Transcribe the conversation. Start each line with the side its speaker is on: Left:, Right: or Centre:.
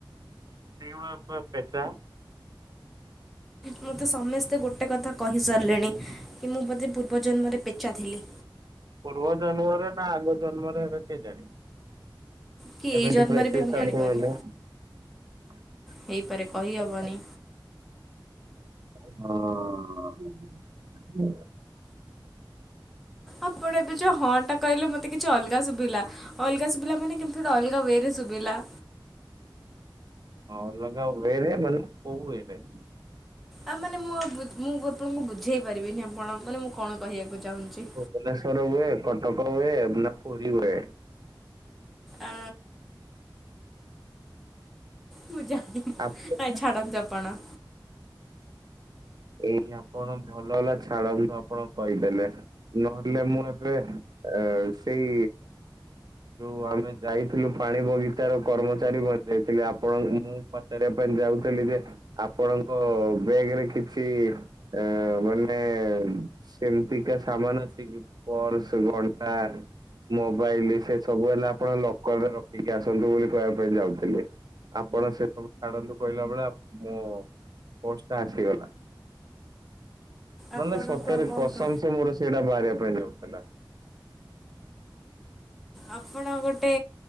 Right: ସେଉଣା ପେ ପେଚା
Centre: ମୋତେ ସମସ୍ତେ ଗୋଟେ କଥା କହିସାରିଲେଣି କି ମୁଁ ବୋତେ ପୂର୍ବଜନ୍ମରେ ପେଚା ଥିଲି।
Right: ପୂର୍ବ ଜନ୍ମରେ ନା ଆଗ ଜନ୍ମରେ ଏବେ କେଜାଣି
Centre: କି ଏଇ
Right: ଏବେଠୁ
Centre: ଜନ୍ମରେ
Right: ପୁରା ଏତେ
Centre: ବି ମୁଁ
Right: ଚାଲୁ
Centre: ଜାଣିପାରୁନି
Right: ବାଲୁଆ। <inaudible>
Centre: ହେଇପାରେ କହିହବନି।
Right: ହଁ
Centre: ଆପଣ ଏବେ ଯୋଉ ହଁ ଟା କହିଲେ ମୋତେ କିଛି ଅଲଗା ଶୁଭିଲା। ଅଲଗା ଶୁଭିଲା ମାନେ କେମିତି ଗୋଟେ ଅଲଗା ୱେରେ ଶୁଭିଲା।
Right: ହଁ ଅଲଗା ୱେରେ ମାନେ କୋଉ ୱେରେ।
Centre: ଆ ମାନେ ମୁଁ ଆଉ ମୁଁ ଆପଣଙ୍କୁ ବୁଝେଇ ପାରିବିନି ଆପଣ ମାନେ ମୁଁ କଣ କହିବାକୁ ଚାହୁଁଚି।
Right: ଭୁବନେଶ୍ଵର ହୁଏ କଟକ ହୁଏ ନା ପୁରୀ ହୁଏ?
Centre: ଆ ମୁଁ ଜାଣିନି
Right: ହୁଏ।
Centre: ନାଇଁ ଛାଡ଼ନ୍ତୁ ଆପଣ।
Right: ଏଇ ଆପଣ ଭଲ ହେଲା ଛାଡ଼ନ୍ତୁ ଆପଣ କହିଦେଲେ। ନହେଲେ ମୁଁ ଏବେ ଆ ସେଇ ଯଉ ଆମେ ଯାଇଥିଲୁ ପାଣି ବଗିଚାର କର୍ମଚାରୀ ବ ଯାଇଥିଲେ ଆପଣ ମୁଁ ପଚାରିବା ପାଇଁ ଯାଉଥିଲି ଯେ ଆପଣଙ୍କ ବେଗ ରେ କିଛି ଆ ମାନେ ସେମିତିକା ସାମାନ ଅଛି କି ପର୍ଶ ଘଣ୍ଟା ମୋବାଇଲ ସେ ସବୁ ହେଲା ଆପଣ ଲକରରେ ରଖିକି ଆସନ୍ତୁ ବୋଲି କହିବା ପାଇଁ ଯାଉଥିଲି। ଆପଣ ସେ ସବୁ ଛାଡନ୍ତୁ କହିଲା ବେଳେ ମୋ ବସ୍ ଟା ଆସିଗଲା।
Centre: ଆପଣଙ୍କୁ
Right: ନହେଲେ ସତରେ
Centre: ଆଉ କଣ
Right: କ
Centre: କହ
Right: ସମସେ ମୋର ସେଇଟା ବାହାରିବା ପାଇଁ ଯାଉଥିଲା।
Centre: ଆପଣ ଗୋଟେ